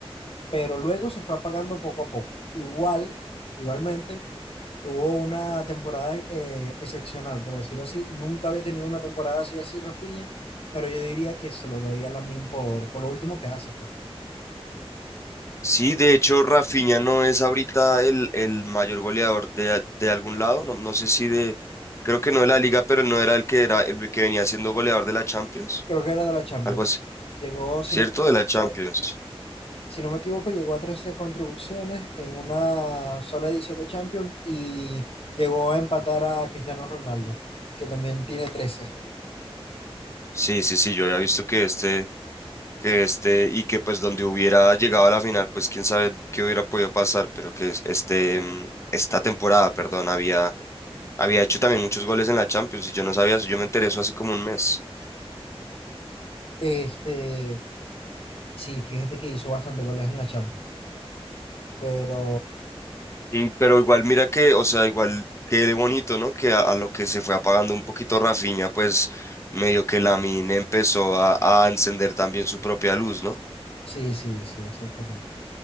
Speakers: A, on the left; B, on the left.
A: pero luego se fue apagando poco a poco. Igual, igualmente, tuvo una temporada eh, excepcional, por decirlo así. Nunca había tenido una temporada así, así Rafinha, pero yo diría que se lo doy a Lamin por, por lo último que hace, pues.
B: Sí, de hecho, Rafinha no es ahorita el, el mayor goleador de, de algún lado, no, no sé si de, creo que no de la liga, pero él no era el que era el que venía siendo goleador de la Champions,
A: Creo que era de la Champions.
B: algo así,
A: Llegó, si
B: ¿cierto?
A: no me equivoco,
B: De la Champions.
A: si no me equivoco, llegó a 13 contribuciones en una sola edición de Champions y llegó a empatar a Cristiano Ronaldo, que también tiene 13.
B: Sí, sí, sí, yo había visto que este, que este, y que pues donde hubiera llegado a la final, pues quién sabe qué hubiera podido pasar, pero que es- este, mm, esta temporada, perdón, había Había hecho también muchos goles en la Champions y yo no sabía eso, yo me enteré eso hace como un mes.
A: Este, sí, fíjate que hizo bastante goles en la Champions, pero
B: Y- pero igual mira que, o sea, igual quede bonito, ¿no? Que a, a lo que se fue apagando un poquito Rafinha, pues medio que Lamine empezó a, a encender también su propia luz, ¿no?
A: sí, sí, sí, exactamente.